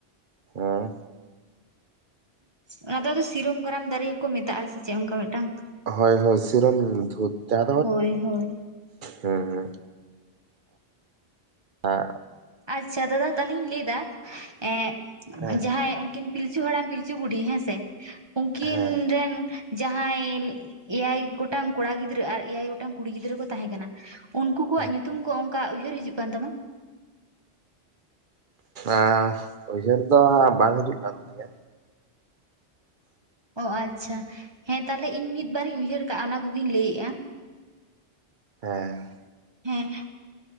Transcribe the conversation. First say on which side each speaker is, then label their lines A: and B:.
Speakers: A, on the right (about 50°); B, on the right (about 25°).
A: ᱦᱮᱸ
B: ᱚᱱᱟ ᱫᱚ ᱟᱫᱚ ᱥᱤᱨᱚᱢ ᱠᱟᱨᱟᱢ ᱫᱟᱨᱮ ᱦᱚᱸᱠᱚ ᱢᱮᱛᱟᱜ ᱟ ᱥᱮ ᱪᱮᱫ ᱚᱱᱠᱟ ᱢᱤᱫᱴᱟᱝ
A: ᱦᱳᱭ ᱦᱳᱭ ᱥᱤᱨᱚᱢ ᱫᱷᱩᱛ <unintelligible> ᱮ
B: ᱦᱳᱭ ᱦᱳᱭ
A: ᱦᱮᱸ ᱦᱮᱸ ᱟᱜ
B: ᱟᱪᱪᱷᱟ ᱫᱟᱫᱟ ᱛᱟᱦᱚᱞᱮᱧ ᱞᱟᱹᱭ ᱫᱟ ᱮ
A: ᱦᱮᱸ
B: ᱡᱟᱦᱟᱸᱭ ᱩᱱᱠᱤᱱ ᱯᱤᱞᱪᱩ ᱦᱟᱲᱟᱢ ᱯᱤᱞᱪᱩ ᱵᱩᱰᱷᱤ ᱦᱮᱸ ᱥᱮ ᱩᱱᱠᱤᱱ
A: ᱦᱮᱸ
B: ᱨᱮᱱ ᱡᱟᱦᱟᱸᱭ ᱮᱭᱟᱭ ᱜᱚᱴᱟᱝ ᱠᱚᱲᱟ ᱜᱤᱫᱽᱨᱟᱹ ᱟᱨ ᱮᱭᱟᱭ ᱜᱚᱴᱟᱝ ᱠᱩᱲᱤ ᱜᱤᱫᱽᱨᱟᱹ ᱠᱚ ᱛᱟᱦᱮᱸ ᱠᱟᱱᱟ ᱩᱱᱠᱩ ᱠᱚᱣᱟᱜ
A: ᱦᱮᱸ
B: ᱧᱩᱛᱩᱢ ᱠᱚ ᱚᱱᱠᱟ ᱩᱭᱦᱟᱹᱨ ᱦᱤᱡᱩᱜ ᱠᱟᱱ ᱛᱟᱢᱟ?
A: ᱮᱸ ᱩᱭᱦᱟᱹᱨ ᱫᱚ ᱵᱟᱝ ᱦᱤᱡᱩᱜ ᱠᱟᱱ ᱛᱤᱧᱟᱹ
B: ᱚ ᱟᱪᱪᱷᱟ ᱦᱮᱸ ᱛᱟᱦᱚᱞᱮ ᱤᱧ ᱢᱤᱫ ᱵᱟᱨ ᱤᱧ ᱩᱭᱦᱟᱹᱨ ᱠᱟᱜᱼᱟ ᱚᱱᱟ ᱠᱚᱜᱤᱧ ᱞᱟᱹᱭᱮᱜᱼᱟ
A: ᱦᱮᱸ
B: ᱦᱮᱸ